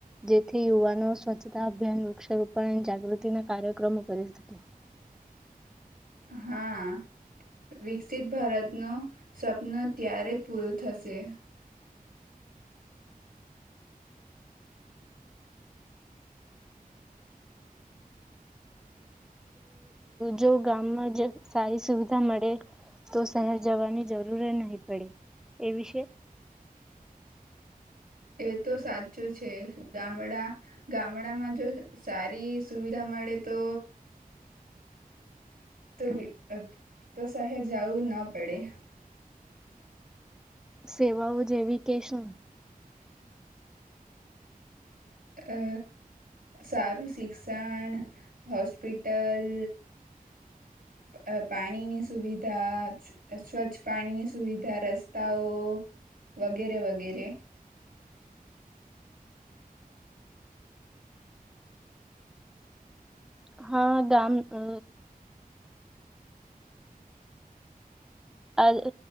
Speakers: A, in the centre; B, on the right (about 75°).
A: જેથી યુવાનો સ્વચ્છતા અભિયાન વૃક્ષારોપણ અને જાગૃતિના કાર્યક્રમો કરી શકે.
B: હા વિકસિત ભારતનું સપનું ત્યારે જ પૂરું થશે.
A: જો ગામમાં સારી સુવિધા મળે તો શહેર જવાની જરૂર નહી પડે એ વિશે
B: એ તો સાચું છે ગામડા ગામડામાં જો સારી સુવિધા મળે તો તું બી અ તો શહેર જાવું ન પડે.
A: સેવાઓ જેવી કે શું?
B: અ સારું શિક્ષણ, હોસ્પિટલ, અ પાણીની સુવિધા, સ્વચ્છ પાણીની સુવિધા, રસ્તાઓ, વગેરે વગેરે.
A: હહ ગામ અ હા